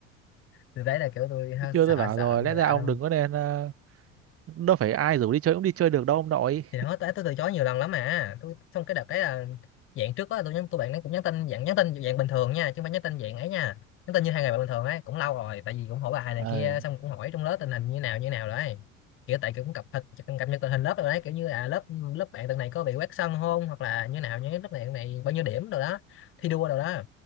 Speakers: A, on the left (about 30°); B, on the right (about 35°).
A: từ đấy là kiểu tôi ha,
B: Chứ chưa
A: sợ
B: tôi bảo
A: sợ
B: rồi lẽ
A: người
B: ra
A: lạ
B: ông
A: luôn
B: đừng có nên ờ, đâu phải ai rủ đi chơi cũng đi chơi được đâu ông nội
A: thì đó tôi, tôi từ chối nhiều lần lắm mà tôi xong cái đợt đấy là dạng trước đó tôi nhắn tôi bạn ấy cũng nhắn tin dạng nhắn tin dạng bình thường nha chứ không phải nhắn tin dạng ấy nha nhắn tin như hai ngày bạn bình thường ấy cũng lâu rồi tại vì cũng hỏi bài này
B: ờ
A: kia xong cũng hỏi trong lớp tình hình như nào như nào đấy kiểu tại kiểu cũng cập nhật cập nhật tình hình lớp rồi đấy kiểu như à lớp lớp bạn tuần này có bị quét sân không hoặc là như nào như lớp này tuần này bao nhiêu điểm rồi đó thi đua rồi đó